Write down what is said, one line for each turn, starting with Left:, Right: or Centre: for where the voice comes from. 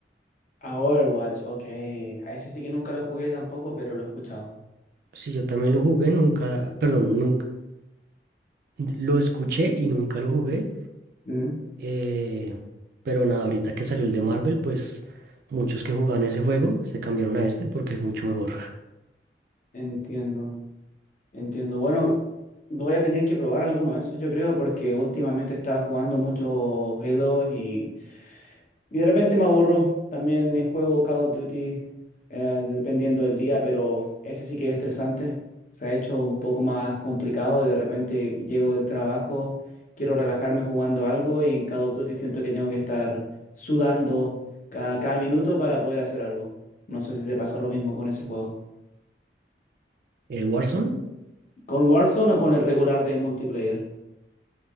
Left: A Overwatch, ok. A ese sí que nunca lo jugué tampoco, pero lo he escuchado.
Right: Sí, yo también lo jugué, nunca, perdón, nunca, lo escuché y nunca lo jugué.
Left: Ujú.
Right: eh, pero nada, ahorita que salió el de Marvel, pues muchos que jugaban ese juego se cambiaron a este porque es mucho mejor.
Left: Entiendo. Entiendo. Bueno, voy a tener que probar alguno de esos, yo creo, porque últimamente estaba jugando mucho Halo y, y de repente me aburro. También eh, juego Call of Duty, eh, dependiendo del día, pero ese sí que es estresante. Se ha hecho un poco más complicado y de repente llego del trabajo, quiero relajarme jugando algo y en Call of Duty siento que tengo que estar sudando cada, cada minuto para poder hacer algo. No sé si te pasa lo mismo con ese juego.
Right: El Warzone,
Left: ¿Con Warzone o con el regular de multiplayer?